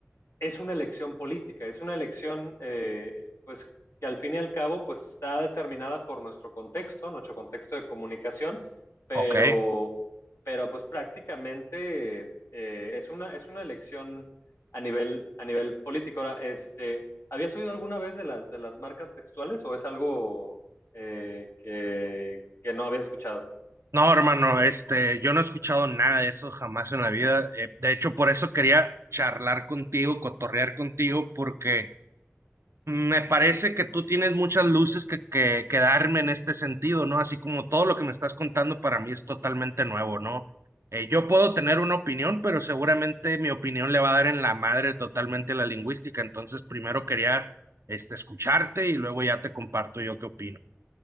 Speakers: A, on the left; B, on the right.
A: es una elección política, es una elección eh, pues que al fin y al cabo pues está determinada por nuestro contexto, nuestro contexto de comunicación, pero,
B: ok.
A: pero pues prácticamente eh, es una, es una elección a nivel, a nivel político. Ahora, este, ¿habías oído alguna vez de las, de las marcas textuales o es algo eh, que, que no habías escuchado?
B: No, hermano, este, yo no he escuchado nada de eso jamás en la vida. eh, de hecho, por eso quería charlar contigo, cotorrear contigo, porque Me parece que tú tienes muchas luces que, que, que darme en este sentido, ¿no? Así como todo lo que me estás contando para mí es totalmente nuevo, ¿no? Eh, yo puedo tener una opinión, pero seguramente mi opinión le va a dar en la madre totalmente a la lingüística. Entonces, primero quería este, escucharte y luego ya te comparto yo qué opino.